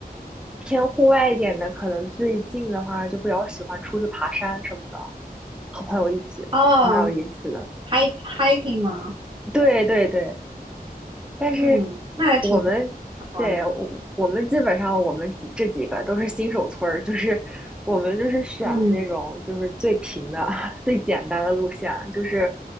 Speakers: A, in the centre; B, on the right.
A: 偏户外一点的，可能最近的话就比较喜欢出去爬山什么的，和朋友一起，
B: 哦
A: 蛮有意思的。
B: h i k hiking 吗？
A: 对对对，但是
B: 嗯，那还挺
A: 我们对我我们基本上我们几这几个都是新手村儿，
B: 好的。
A: 就是我们就是选那种就是最平的、
B: 嗯
A: <laughs> 最简单的路线。就是